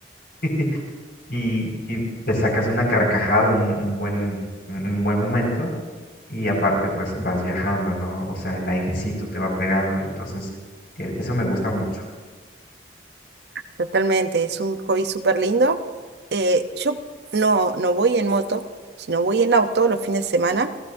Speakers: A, on the left (about 55°); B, on the right (about 65°).
A: <laughs> y, y te sacas una carcajada, un, un buen, un un buen momento y aparte pues vas viajando, ¿no? O sea, el airecito te va pegando, entonces e- eso me gusta mucho.
B: Totalmente, es un hobby súper lindo. Eh, yo no, no voy en moto, sino voy en auto los fines de semana.